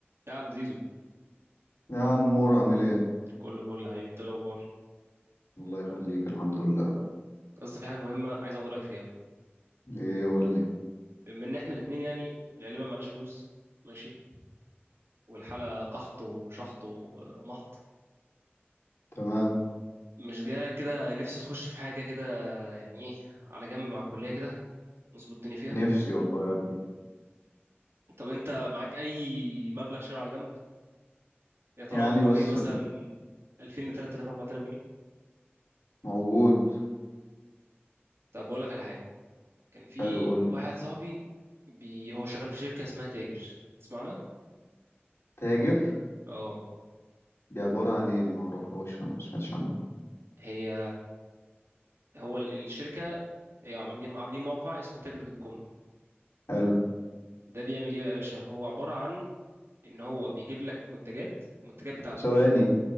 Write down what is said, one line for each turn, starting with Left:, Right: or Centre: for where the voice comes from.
Right: يا عم زيزو
Left: يا عمور عامل ايه
Right: كله فل يا حبيبي انت إيه الاخبار
Left: الله يخليك الحمد لله
Right: اصل في حاجه مهمه عايز اخد رايك فيها
Left: ايه قول لي
Right: بما ان احنا الاثنين يعني غالبا معناش فلوس ماشي والحاله قحط وشحط ومحط
Left: تمام
Right: مش جايلك كده نفسي تخش في حاجه كده يعني ايه على جنب مع الكليه كده نظبط الدنيا فيها
Left: نفسي والله يا ابني
Right: طب انت معاك اي مبلغ شهري على جنب يتراوح
Left: يعني
Right: ما
Left: بس
Right: بين مثلا 2000 ل 3000 4000 جنيه
Left: موجود
Right: طب بقول لك على حاجه كان في
Left: حلو قول لي
Right: واحد صاحبي بي... هو شغال في شركه اسمها تاجر تسمعنا
Left: تاجر
Right: اه
Left: دي عبارة عن ايه دي معرفهاش لا ما سمعتش عنها
Right: هي هو ال- الشركه هي عاملين عاملين موقع اسمه تاجر دوت كوم
Left: حلو
Right: ده بيعمل ايه بقى يا باشا هو عباره عن ان هو بيجيب لك منتجات المنتجات بتاعته
Left: ثواني